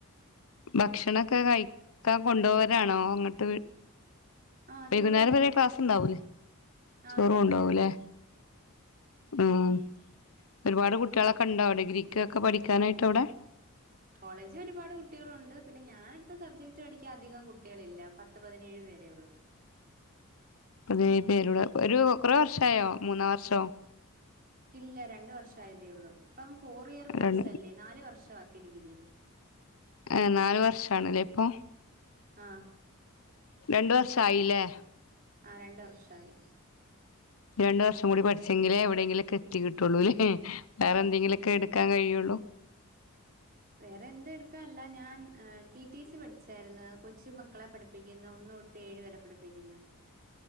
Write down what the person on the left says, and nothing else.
ഭക്ഷണൊക്കെ കഴിക്കാൻ കൊണ്ടുപോവരാണോ അങ്ങോട്ട്
വൈകുന്നേരം
വരെ ക്ലാസ് ഉണ്ടാവൂലേ
ചോറും
ഉണ്ടാവൂല്ലേ
ആഹ് ഒരുപാട് കുട്ടികളൊക്കെ ഉണ്ടാവും ഡിഗ്രിക്ക്ക്കെ പഠിക്കാനായിട്ട് അവിടെ
അതിനേ പേരുടെ ഒരു കുറേ വർഷ ആയോ മൂന്നാ വർഷോ
രണ്ട്
ഏപ്നാല് വർഷമാണല്ലോ ഇപ്പോൾ
രണ്ടു വർഷയില്ലേ
ഇനിരണ്ടു വർഷം കൂടി പഠിച്ചെങ്കിലേ എവിടെങ്കിലൊക്കെ എത്തി കിട്ടുള്ളൂ അല്ലേ വേറെ എന്തെങ്കിലുമൊക്കെ എടു ക്കാൻ കഴിയുള്ളൂ <inaudible>